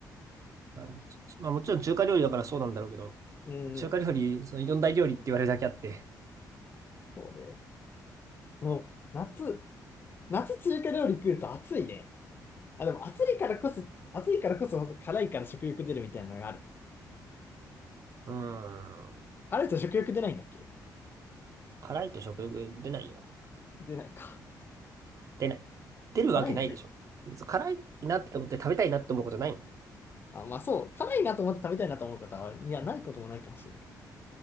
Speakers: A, on the right; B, on the left.
A: あのまあもちろん中華料理だからそうなんだろうけど、
B: うん、
A: 中華料理、その四大料理って言われるだけあって。
B: そうね。もう、夏、夏中華料理食うと暑いね。あ、でも暑いからこそ、暑いからこそ辛いから食欲出るみたいなのがある。
A: うーん。
B: 辛いと食欲出ないんだっけ
A: 辛いと食欲出ないよ。
B: 出ないか。
A: 出ない。出るわけないでしょ。
B: 辛いのが
A: 別に辛いなって思って食べたいなって思うことないもん。
B: あ、まあそう。辛いなと思って食べたいなと思う方は、いや、ないこともないかもしれないけ